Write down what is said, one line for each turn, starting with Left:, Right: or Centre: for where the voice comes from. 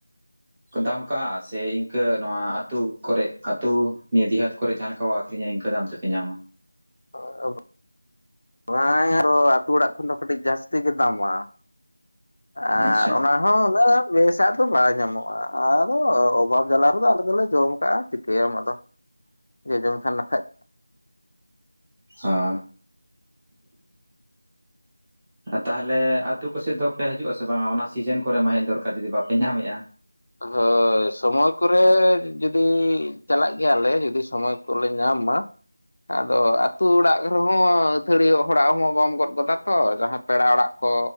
Right: ᱫᱟᱢ ᱠᱟᱜᱼᱟ ᱥᱮ ᱤᱱᱠᱟᱹ ᱱᱚᱣᱟ ᱟᱛᱳ ᱠᱚᱨᱮ ᱟᱛᱳ ᱱᱤᱭᱟᱹ ᱫᱤᱦᱟᱛ ᱠᱚᱨᱮ ᱡᱟᱦᱟᱸ ᱞᱮᱠᱟ ᱟᱹᱷᱠᱷᱨᱤᱧᱟ ᱤᱱᱠᱟᱹ ᱫᱟᱢ ᱛᱮᱯᱮ ᱧᱟᱢᱟ
Left: ᱚ ᱟᱵᱚ ᱦᱮ ᱟᱫᱚ ᱟᱹᱛᱩ ᱚᱲᱟᱜ ᱠᱷᱚᱱ ᱫᱚ ᱠᱟᱹᱴᱤᱡ ᱡᱟᱹᱥᱛᱤ ᱜᱮ ᱫᱟᱢᱟ ᱟᱨ
Right: ᱟᱪᱪᱷᱟ
Left: ᱚᱱᱟ ᱦᱚᱸ ᱵᱮᱥᱟᱜ ᱫᱚ ᱵᱟᱝᱟᱭ ᱧᱟᱢᱚᱜᱼᱟ ᱟᱫᱚ ᱚᱵᱷᱟᱵᱽ ᱡᱟᱞᱟ ᱨᱮᱫᱚ ᱟᱞᱮ ᱫᱚᱞᱮ ᱡᱚᱢ ᱠᱟᱜᱼᱟ ᱪᱤᱠᱟᱹᱭᱟᱢ ᱟᱫᱚ ᱡᱮ ᱡᱚᱢ ᱥᱟᱱᱟ ᱠᱷᱟᱡ
Right: ᱦᱳᱭ ᱛᱟᱦᱚᱞᱮ ᱟᱹᱛᱩ ᱠᱚᱥᱮᱫ ᱫᱚ ᱯᱮ ᱦᱤᱡᱩᱜ ᱟᱥᱮ ᱵᱟᱝᱟ ᱚᱱᱟ ᱥᱤᱡᱮᱱ ᱠᱚᱨᱮ ᱢᱟ ᱦᱮᱡ ᱫᱚᱨᱠᱟᱨ ᱡᱩᱚᱫᱤ ᱵᱟᱯᱮ ᱧᱟᱢᱮᱜᱼᱟ
Left: ᱦᱳᱭ ᱥᱚᱢᱚᱭ ᱠᱚᱨᱮ ᱡᱩᱫᱤ ᱪᱟᱞᱟᱜ ᱜᱮᱭᱟᱞᱮ ᱡᱩᱫᱤ ᱥᱚᱢᱚᱭ ᱠᱚᱞᱮ ᱧᱟᱢ ᱢᱟ ᱟᱫᱚ ᱟᱹᱛᱩ ᱚᱲᱟᱜ ᱨᱮᱦᱚᱸ ᱟᱹᱛᱷᱟᱹᱲᱤ ᱦᱚᱲᱟᱜ ᱦᱚᱸ ᱵᱟᱢ ᱜᱚᱫ ᱜᱚᱫᱟ ᱛᱚ ᱡᱟᱦᱟᱸ ᱯᱮᱲᱟ ᱚᱲᱟᱜ ᱠᱚ